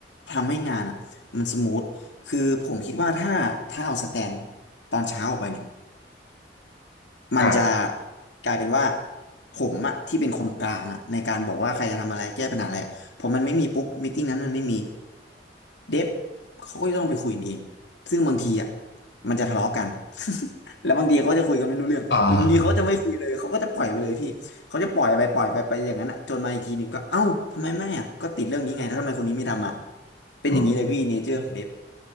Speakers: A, on the left; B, on the left.
A: ทำให้งานอ่ะมันสมูทคือผมคิดว่าถ้าถ้าเอาสแตนตอนเช้าออกไปเนี่ย มันจะ
B: อ่า
A: กลายเป็นว่าผมอะที่เป็นคนกลางอะในการบอกว่าใครจะทำอะไรแก้ปัญหาอะไรพอมันไม่มีปุ๊บมีตติ้งนั้นมันไม่มีเดฟเขาก็จะต้องไปคุยกันเองซึ่งบางทีอะมันจะทะเลาะกัน <laughs> แล้วบางทีเขาจะคุยกันไม่รู้เรื่องหรือบางทีเขาจะไม่คุยเลยเขาก็จะปล่อยไปเลยพี่เขาจะปล่อยไปปล่อยไปไปอย่างนั้นอะจนมาอีกทีหนึ่งก็เอ้าทำไมไม่อะก็ติดเรื่องนี้ไงแล้วทำไมคนนี้ไม่ทำอ่ะ
B: อ่า
A: เป็นอย่างนี้เลยพี่เนเจอร์ของเดฟ
B: อืม